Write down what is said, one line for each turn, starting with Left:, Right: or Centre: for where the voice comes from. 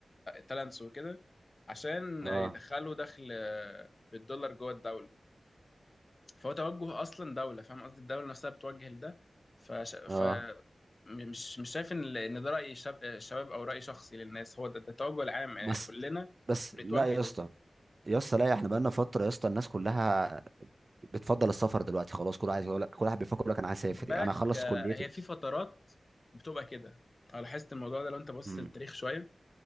Left: تالنتس وكده عشان
Right: اه
Left: يدخلوا دخل آه، بالدولار جوه الدولة فهو توجه أصلا دولة فاهم قصدي الدولة نفسها بتوجه لده فش... ف
Right: اه
Left: م- مش مش شايف ان ان ده رأي شاب... آه، شباب او رأي شخصي للناس هو ده, ده التوجه العام آه،
Right: بس
Left: كلنا
Right: بس
Left: بنتوجه
Right: لا يا
Left: لده
Right: اسطى يا اسطى لا احنا بقالنا فترة يا اسطى الناس كلها بتفضل السفر دلوقتي خلاص كل عايز يقول لك كل واحد بيفكر يقول لك انا عايز اسافر
Left: خد بالك
Right: يعني انا اخلص
Left: آه،
Right: كليتي
Left: هي في فترات بتبقى كده انا لاحظت الموضوع ده لو انت بص
Right: امم
Left: للتاريخ شوية